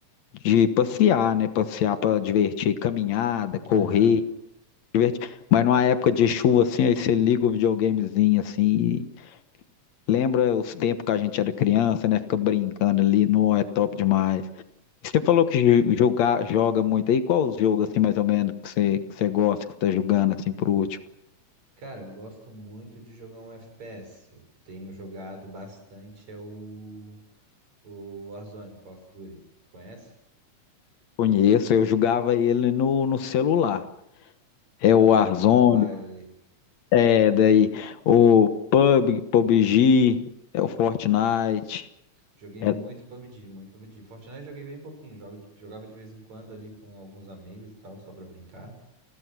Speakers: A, on the left (about 70°); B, on the right (about 70°).
A: de passear, né? Passear para divertir, caminhada, correr,
B: Aham.
A: divertir. Mas numa época de chuva assim, aí você liga o videogamezinho assim, e lembra os tempos que a gente era criança, né? Fica brincando ali, não é top demais. Você falou que ju- jogar, joga muito aí, qual os jogos assim mais ou menos que você, que você gosta, que você tá jogando assim por último?
B: Cara, eu gosto muito de jogar um FPS. Eu tenho jogado bastante, é o, o Warzone, Call of Duty. Tu conhece?
A: Conheço, eu jogava ele no, no celular. É o
B: Ah,
A: Warzone,
B: tu jogava mobile ali.
A: é daí o Pub, PUBG, é o Fortnite.
B: Joguei
A: É,
B: muito PUBG, muito PUBG. Fortnite joguei bem pouquinho. Jogo, jogava de vez em quando ali com alguns amigos e tal, só pra brincar.